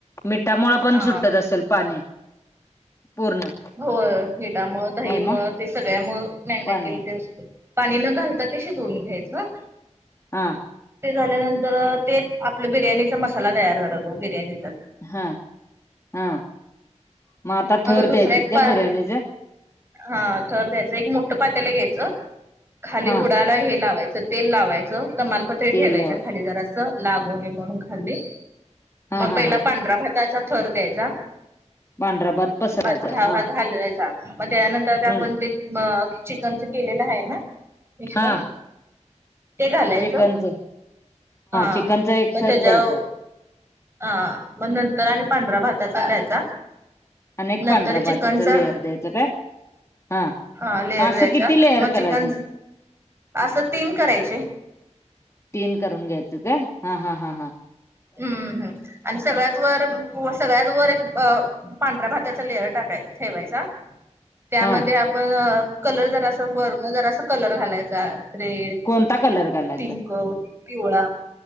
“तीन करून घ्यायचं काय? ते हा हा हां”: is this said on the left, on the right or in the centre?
Left